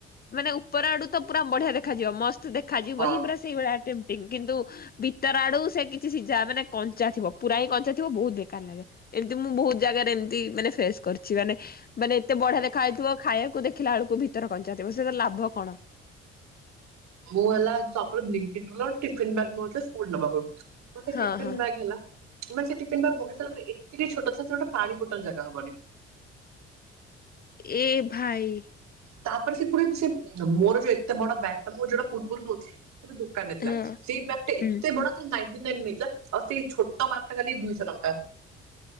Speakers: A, on the left; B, on the right.
A: ମାନେ ଉପର ଆଡୁ ତ ପୁରା ବଢିଆ ଦେଖାଯିବ ମସ୍ତ। ଦେଖା ଯିବ
B: ହଁ।
A: ହିଁ ସେଇଭଳିଆ କିନ୍ତୁ ଭିତର ଆଡୁ ସେ କି ସିଝା ମାନେ କଞ୍ଚା ଥିବ ପୁରାଏ କଞ୍ଚା ଥିବ ବହୁତ ବେକାର ଲାଗେ। ଏମିତି ମୁଁ ବହୁତ ଜାଗାରେ ଏମିତି ମାନେ ଫେସ୍ କରିଛି ମାନେ ମାନେ ଏତେ ବଢିଆ ଦେଖା ଯାଇଥିବ ଖାଇବାକୁ ଦେଖିଲା ବେଳକୁ ଭିତରେ କଞ୍ଚା ଥିବ ସେ ତ ଲାଭ କଣ।
B: ମୁଁ ହେଲା ଟିଫିନ <unintelligible> ସ୍କୁଲ୍ ନେବାକୁ।
A: ହଁ
B: ଟିଫିନ୍
A: ହଁ।
B: ବ୍ୟାଗ୍ ହେଲା ମାନେ ସେ ଟିଫିନ୍ ବ୍ୟାଗ୍ ମଗେଇ ସାରିଲା ପରେ ଏତେ ଛୋଟ ଥିଲା ଯେ ଗୋଟେ ପାଣି ବୋଟଲ ଜାଗା ହବନି।
A: ଏ ଭାଇ।
B: ତାପରେ ସେ ପୁରା ଛିଟ୍ ମୋର ଯୋଉ ଏତେ ବଡ ବ୍ୟାଗ ଟା ମୁଁ ଯୋଉଟା ପ୍ବର୍ବରୁ ନେଉଛି। ସେଇଟା ଦୋକାନଟେ ଥିଲା
A: ହଁ।
B: ସେଇ ବାଟେ
A: ହୁଁ।
B: ଏତେ ବଡ। ନାଇଟି ନେଇଯା। ଆଉ ସେଇ ଛୋଟ ବ୍ୟାଗଟା ଖାଲି ଦୁଇଶହ ଟଙ୍କା।